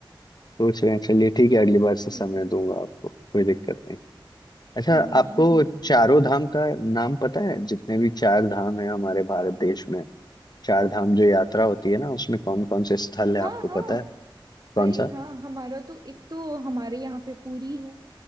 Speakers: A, on the left (about 50°); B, on the right (about 50°).
A: सोच रहे हैं चलिए ठीक है अगली बार से
B: ठीक
A: समय
B: है
A: दूंगा आपको कोई दिक्कत नहीं अच्छा
B: जी
A: आपको
B: जी
A: चारों धाम का नाम पता है जितने भी चार धाम है हमारे भारत देश में चार धाम जो यात्रा होती है ना उसमें कौन कौन से स्थल है
B: हाँ
A: आपको
B: हाँ
A: पता है कौन
B: अरे
A: सा
B: हाँ हमारा तो एक तो हमारे यहाँ पे पुरी है